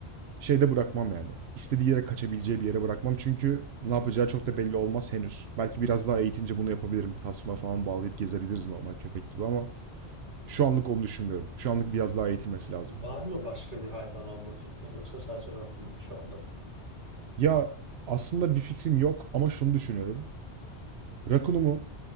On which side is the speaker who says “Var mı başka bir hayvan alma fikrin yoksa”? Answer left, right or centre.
Right